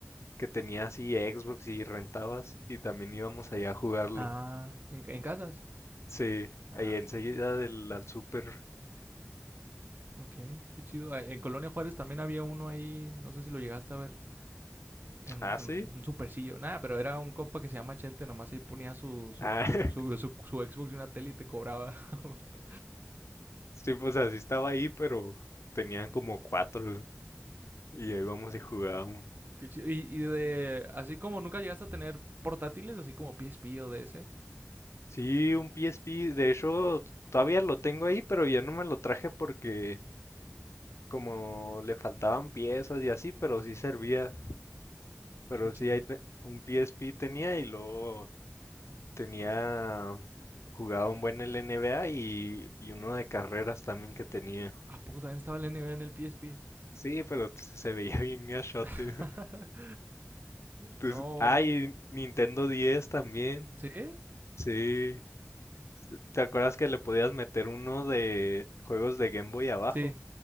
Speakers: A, on the left; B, on the right.
A: que tenía así Xbox y rentabas y también íbamos allá a jugarlo.
B: Ah, ¿en, en casas?
A: Sí,
B: Ah,
A: ahí enseguida
B: ok.
A: del al súper.
B: Ok, qué chido. Ah, En Colonia Juárez también había uno ahí, no sé si lo llegaste a ver, en
A: Ah, sí.
B: un, en un supercillo. Nada, pero era un compa que se llama Chente, nomás ahí ponía su, su,
A: Ah,
B: su,
A: <laughs>
B: su, su- su Xbox y una tele y te cobraba. <laughs>
A: sí, pues así estaba ahí, pero tenían como cuatro y ahí íbamos y jugábamos.
B: Qué chido. Y, y de, así como nunca llegaste a tener portátiles, así como PSP o DS.
A: Sí, un PSP, de hecho todavía lo tengo ahí, pero ya no me lo traje porque como le faltaban piezas y así, pero
B: Mm,
A: sí servía. Pero
B: qué chido.
A: sí, ahí te- un PSP tenía y luego Tenía, jugaba un buen el NBA y, y uno de carreras también que tenía.
B: ¿A poco también estaba el NBA en el PSP?
A: Sí, pero se se veía bien gachote.
B: <laughs>
A: <laughs> Tus-
B: No.
A: Ah, y Nintendo 10 también.
B: ¿Sí?
A: Sí. ¿Te acuerdas que le podías meter uno de juegos de Game Boy abajo?
B: Sí.